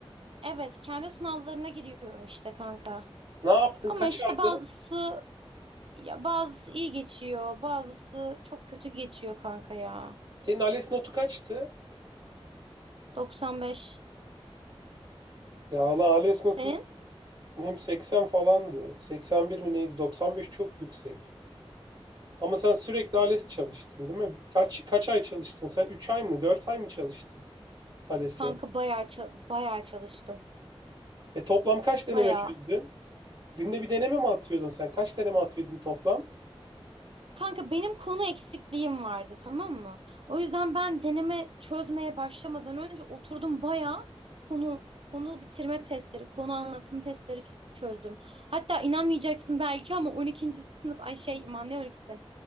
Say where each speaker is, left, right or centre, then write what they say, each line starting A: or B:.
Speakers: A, on the right; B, on the right.
A: evet kendi sınavlarına giriyorum işte kanka.
B: Ne yaptın?
A: Ama
B: Kaç
A: işte
B: aldın?
A: bazısı ya bazısı iyi geçiyor bazısı çok kötü geçiyor kanka ya.
B: Senin ALES notu kaçtı?
A: 95.
B: Ya valla ALES notum
A: Senin?
B: hem 80 falandı. 81 mi neydi? 95 çok yüksek. Ama sen sürekli ALES çalıştın değil mi? Kaç, kaç ay çalıştın? Sen 3 ay mı? 4 ay mı çalıştın ALES'e?
A: Kanka bayağı ça- bayağı çalıştım.
B: E toplam kaç deneme
A: Bayağı.
B: çözdün? Günde bir deneme mi atıyordun sen? Kaç deneme atıyordun toplam?
A: Kanka benim konu eksikliğim vardı tamam mı? O yüzden ben deneme çözmeye başlamadan önce oturdum bayağı konu konu bitirme testleri, konu anlatım testleri çözdüm. Hatta inanmayacaksın belki ama on ikinci sınıf ay şey aman ne on ikisi